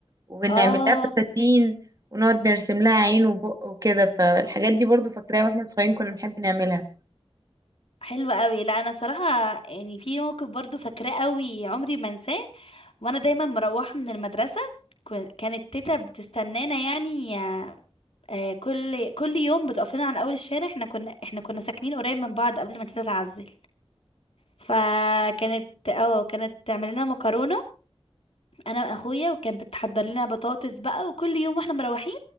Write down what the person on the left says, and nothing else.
اه
حلوة قوي لا انا صراحة يعني في موقف برضو فاكراه قوي عمري ما انساه وانا دايما مروحة من المدرسة كن- كانت تيتا بتستنانا يعني آه كل كل يوم بتقف لنا على اول الشارع احنا كنا احنا كنا ساكنين قريب من بعض قبل ما تيتا تعزل فكانت اه كانت تعمل لنا مكرونه انا واخويا وكانت بتحضر لنا بطاطس بقى وكل يوم واحنا مروحين